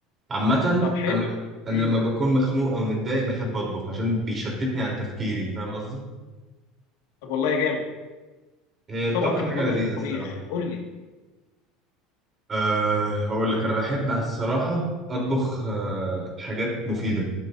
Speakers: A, on the right (about 20°); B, on the left (about 85°).
A: عامة
B: طب حلو
A: أم- انا
B: امم
A: لما بكون مخنوق او متضايق بحب اطبخ عشان بيشتتني عن تفكيري فاهم قصدي
B: طب والله جامد
A: هي الطبخ
B: طبقك المفضل
A: حاجة لذيذة
B: ايه في الطبيخ
A: الصراحة
B: قول لي
A: أه هقول لك انا بحب على الصراحة اطبخ أه حاجات مفيدة